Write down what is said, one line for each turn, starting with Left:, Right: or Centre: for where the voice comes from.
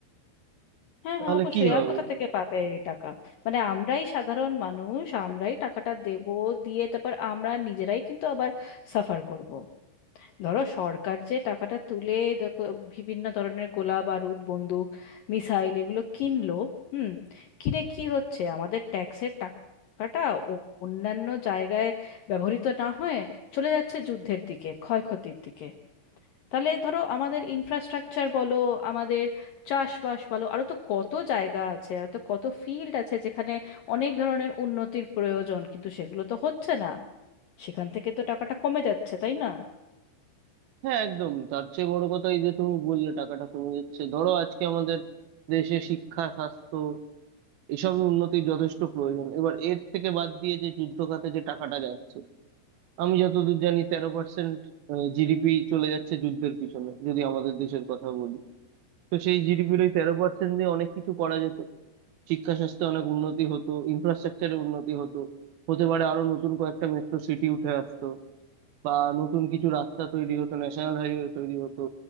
Left: হ্যাঁ
Right: তাহলে
Left: হ্যাঁ অবশ্যই
Right: কি হবে
Left: আর কোথা থেকে পাবে এই টাকা মানে আমরাই সাধারণ মানুষ আমরাই টাকাটা দেব দিয়ে তারপর আমরা নিজেরাই কিন্তু আবার সাফার করব ধরো সরকার যে টাকাটা তুলে দেখো বিভিন্ন ধরনের গোলা বারুদ বন্দুক মিসাইল এগুলো কিনলো হুম কিনে কি হচ্ছে আমাদের ট্যাক্সের টাকাটা ও- অন্যান্য জায়গায় ব্যবহৃত না হয়ে চলে যাচ্ছে যুদ্ধের দিকে ক্ষয়ক্ষতির দিকে তাহলে ধরো আমাদের ইনফ্রাস্ট্রাকচার বলো আমাদের চাষবাস বলো আরও তো কত জায়গা আছে আর তো কত ফিল্ড আছে যেখানে অনেক ধরনের উন্নতির প্রয়োজন কিন্তু সেগুলো তো হচ্ছে না সেখান থেকে তো টাকাটা কমে যাচ্ছে তাই না
Right: হ্যাঁ একদম তার চেয়ে বড় কথা এই যে তুমি বললে টাকাটা কমে যাচ্ছে ধরো আজকে আমাদের দেশে শিক্ষা স্বাস্থ্য এসব উন্নতির যথেষ্ট প্রয়োজন এবার এর থেকে বাদ দিয়ে যে যুদ্ধ খাতে যে টাকাটা যাচ্ছে আমি যতদূর জানি তেরো পার্সেন্ট জিডিপি চলে যাচ্ছে যুদ্ধের পিছনে যদি আমাদের দেশের কথা বলি তো সেই জিডিপির ওই তেরো পার্সেন্ট দিয়ে অনেক কিছু করা যেত শিক্ষা স্বাস্থ্যে অনেক উন্নতি হতো ইনফ্রাস্ট্রাকচারে উন্নতি হতো হতে পারে আরো নতুন কয়েকটা মেট্রো সিটি উঠে আসতো বা নতুন কিছু রাস্তা তৈরি হতো ন্যাশনাল হাইওয়ে তৈরি হতো